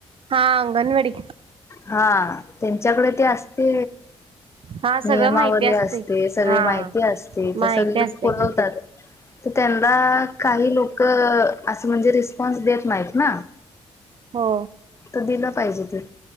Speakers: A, on the right (about 50°); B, on the left (about 25°).
A: हा अंगनवाडी.
B: हा त्यांच्याकडे ते असते.
A: हा सगळं
B: नियमावली
A: माहिती
B: असते सगळी
A: हा
B: माहिती असते
A: माहिती
B: ते सगळे
A: असते
B: पुरवतात.
A: की
B: तर त्यांना काही लोक. असं म्हणजे रिस्पॉन्स देत नाहीत ना.
A: हो.
B: तर दिलं पाहिजे ते.